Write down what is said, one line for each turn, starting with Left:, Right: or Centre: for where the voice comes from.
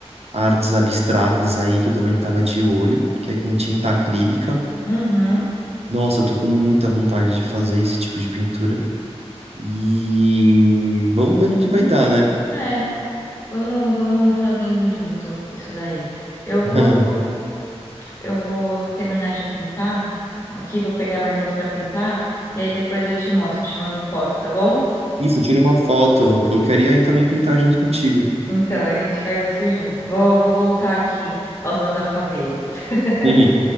Right: artes abstratas aí que eu também tava de olho, que é com tinta acrílica.
Left: Uhum.
Right: Nossa, eu tô com muita vontade de fazer esse tipo de pintura. E vamos ver no que vai dar, né?
Left: É, vamos, vamos fazendo junto isso daí. Eu
Right: <laughs>
Left: vou, eu vou terminar de pintar aqui, vou pegar mais uns para pintar, e aí depois eu te mostro, te mando foto, tá bom?
Right: Isso, tira uma foto. Eu eu queria aí também pintar junto contigo.
Left: Então, a gente faz isso junto. Vou, vou voltar aqui aos meus afazeres. <laughs>
Right: Uhum.